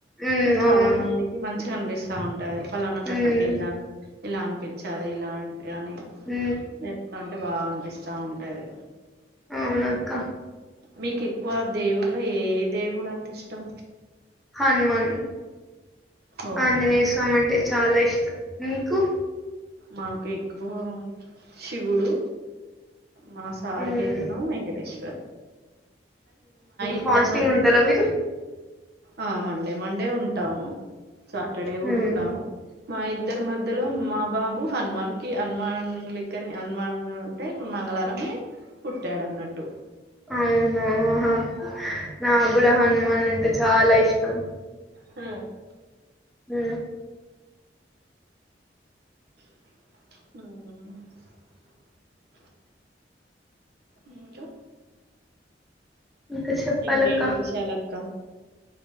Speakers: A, in the centre; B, on the right.
A: ఉమ్
B: ఇలా చాలా
A: అవును
B: మందికి మంచి కనిపిస్తా ఉం టది పలానాకు
A: ఉమ్
B: అక్కడికి వెళ్ళాను ఇలా అనిపించాలి ఇలాంటి అని
A: మ్
B: చెప్తాంటే బాగా అనిపిస్తా ఉంటాది
A: అవును అక్క
B: మీకు ఎక్కువ దేవుళ్ళ ఏ దేవుడు అంటే ఇష్టం
A: హనుమాన్
B: ఓహో
A: ఆంజనేయ స్వామి అంటే ఇ చాలా ఇష్టం మీకు
B: మాకు ఎక్కువ శివుడు మా సార్కి
A: మ్మ్
B: అైతున్నా వెంకటేష్ ఇద్దరి
A: ఫాస్టింగ్
B: మధ్య
A: ఉంటారా మీరు
B: ఆ మండే మండే ఉంటాము సాటర్డే కూడా
A: మ్మ్
B: ఉంటాము మా ఇద్దరు మధ్యలో మా బాబు హనుమాన్ క అనుమాన్ క్కని అనుమానంగా అంటే ప్పుడు మంగళారమే పుట్టాడు అన్నట్టు
A: అవునాహా నాకు కూడా హనుమాన్ అంటే చాలా ఇష్టం
B: హ
A: హ
B: అ అంట
A: ఇకా చెప్పాలక్క
B: ఇంకేంటి విషయాలక్క